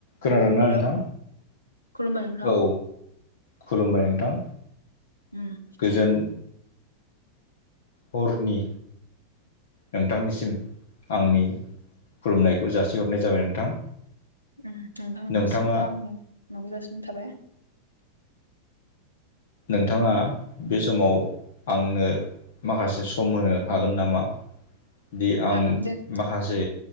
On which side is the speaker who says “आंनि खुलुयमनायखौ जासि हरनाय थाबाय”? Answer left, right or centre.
Left